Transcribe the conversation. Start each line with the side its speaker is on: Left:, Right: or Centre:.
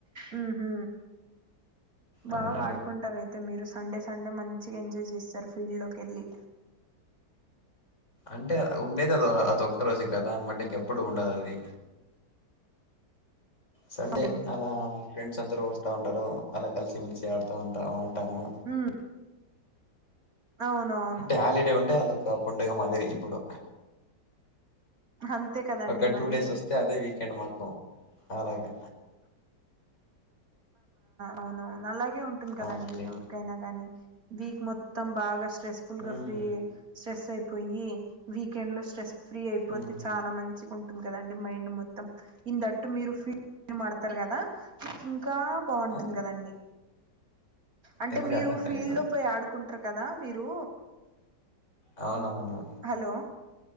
Right: ఉమ్ హ బాగా
Left: అవునండి
Right: ఆడుకుంటార అయితే, అయితే మీరు సండే సండే మంచిగా ఎంజాయ్ చేస్తారు ఫీల్డ్ లోకి వెళ్ళి.
Left: అంటే ఉండేది అద అది ఒక్క రోజు కదా మట్ ఇంకెప్పుడు ఉండది అది. సండే
Right: అవునండి
Left: అలా ఫ్రెండ్స్ అందరూ వస్తా ఉంటారు అలా కలిసి పిలిసి ఆడుతా ఉంటా ఉంటాము.
Right: ఉమ్ అవునువును.
Left: అంటే హాలిడే ఉంటే అదొక పండుగ మాదిరి ఇప్పుడు.
Right: అంతే కదండి
Left: ఒక టూ
Right: మరి
Left: డేస్ వస్తే అదే వీకెండ్ మాకు అలాగా,
Right: అవునవును అలాగే ఉంటుంది కదండి
Left: అవునండి
Right: ఎవరికైనా గాని వీక్ మొత్తం బాగా స స్ట్రెస్ఫుల్ గా
Left: ఉమ్
Right: ఫ్రీ స్ట్రెస్ ఎక్కువయ్యి వీకెండ్ లో స్ట్రెస. ఫ్రీ అయిపోతే
Left: ఉమ్ ఉమ్.
Right: చాలా మంచిగా ఉంటుంది కదండి మైండ్ మొత్తం ఇందట్టు మీరు ఫీ, ని మా ఆడతారు కదా ఇంకా బాగుంటుంది
Left: ఆ
Right: కదండి. అంటే
Left: ఏమండి
Right: మీరు
Left: అర్థం కాలేదు
Right: ఫీల్డ్లో పోయి ఆడుకుంటారు కదా మీరు,
Left: అవునవును.
Right: హలో